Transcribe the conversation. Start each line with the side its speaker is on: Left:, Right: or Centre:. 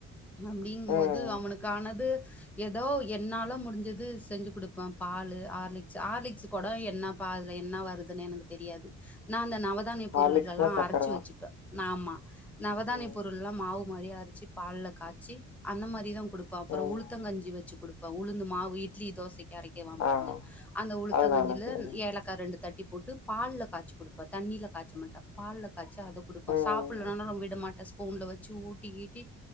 Centre: அப்படிங்
Left: ம்.
Centre: போது அவனுக்கானது ஏதோ என்னாலும் முடிஞ்சது செஞ்சு கொடுப்பேன் பால் ஆர்லிக்ஸ் ஆர்லிக்ச்சு குடம் என்ன பல என்ன வருதுன்னு எனக்கு தெரியாது நான் அந்த நவதானிய
Left: ஹார்லிக்ஸ்லா
Centre: பொருள்கள் எல்லாம்
Left: சக்கர
Centre: அரைச்சு
Left: தா
Centre: வச்சுப்பேன் ஆமா நவதானியப்பொருள்லாம்
Left: ம்
Centre: மாவு மாதிரியரச்சு பால்ல காய்சி அந்த மாதிரிதான் கொடுப்பான் அப்புற
Left: ம்
Centre: உளுத்தங்கஞ்சி வச்சு கொடுப் இப்ப உளுந்து மாவு இட்லி தோசைக்கு இறக்கிருவோம் பாருங்க
Left: ஆ
Centre: அந்த உளுத்தங்கஞ்சில
Left: அது நல்லது ம்
Centre: ஏலக்காய் ரெண்டு தட்டி போட்டு பால்ல காச்சி கொடுப்பன் தண்ணியல காச்ச மாட்டேன் பால்ல ச்சு அதை கொடுப்பம்
Left: ம்
Centre: சாப்பிடலனா ரொம்ப டி மாட்ட ஸ்பூன்ல வச்சு ஊட்டிகீட்டி